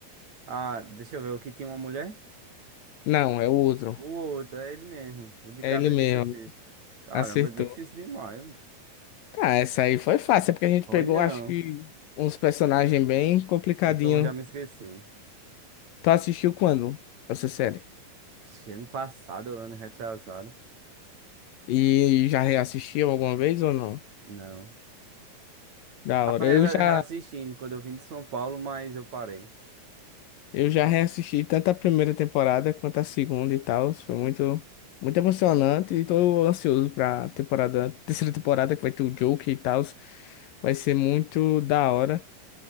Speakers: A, on the right; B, on the left.
A: Ah, deixa eu ver, o que tem uma mulher?
B: Não, é o outro.
A: O outro, é ele mesmo, o de
B: É
A: cabelo
B: ele mesmo,
A: de surfista. Caramba,
B: acertou.
A: difícil demais. mano.
B: Tá, essa aí foi fácil, é porque a gente
A: Foi
B: pegou,
A: não.
B: acho que, uns personagens bem complicadinhos.
A: É que eu já me esqueci.
B: Tu assistiu quando essa série?
A: Ixi, Ano passado, ano retrasado.
B: E já reassistiu alguma vez ou não?
A: Não.
B: Da
A: Tava
B: hora.
A: re-
B: Eu já,
A: reassistindo quando eu vim de São Paulo, mas eu parei.
B: eu já reassisti tanto a primeira temporada quanto a segunda e tal. Foi muito, muito emocionante e tô ansioso pra temporada, terceira temporada que vai ter o Joker e tal. Vai ser muito da hora.